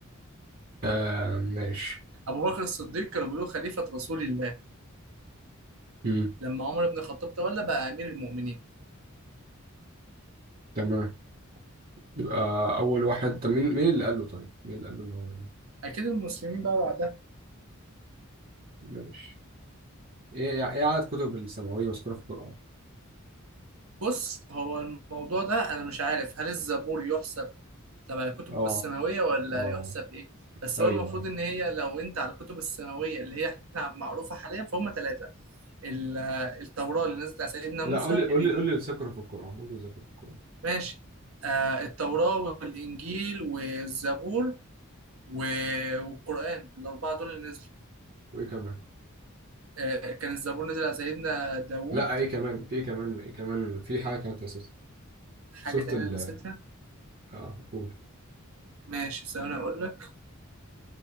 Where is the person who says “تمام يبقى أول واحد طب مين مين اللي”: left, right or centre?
Right